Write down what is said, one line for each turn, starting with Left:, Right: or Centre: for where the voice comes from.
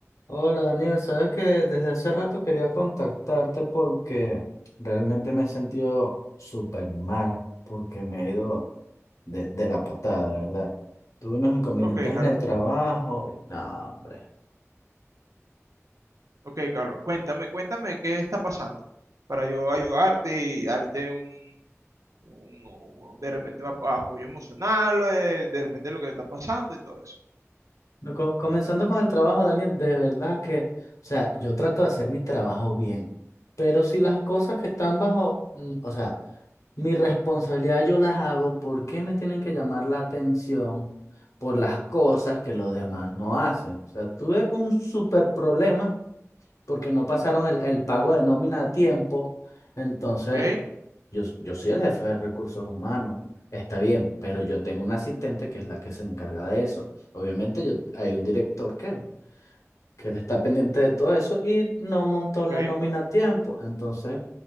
Left: Hola Daniel, sabes que desde hace rato quería contactarte porque realmente me he sentido súper mal, porque me ha ido de, de la patada, de verdad. Tuve unos inconvenientes
Right: Ok, Carlos.
Left: en el trabajo y no, hombre.
Right: Ok, Carlos. Cuéntame, cuéntame qué está pasando para yo ayudarte y darte un, un- un- de repente un ap- apoyo emocional, eh, de repente lo que está pasando y todo eso.
Left: No, co- comenzando con el trabajo, Daniel, de verdad que, o sea, yo trato de hacer mi trabajo bien, pero si las cosas que están bajo, mm, o sea, mi responsabilidad yo las hago, ¿por qué me tienen que llamar la atención por las cosas que los demás no hacen? O sea, tuve un súper problema porque no pasaron el, el pago de nómina a tiempo. Entonces,
Right: Ok,
Left: yo, yo soy el jefe de recursos humanos, está bien, pero yo tengo una asistente que es la que se encarga de eso. Obviamente, yo, hay un director que, que él está pendiente de todo eso y no montó
Right: ok.
Left: la nómina a tiempo. Entonces,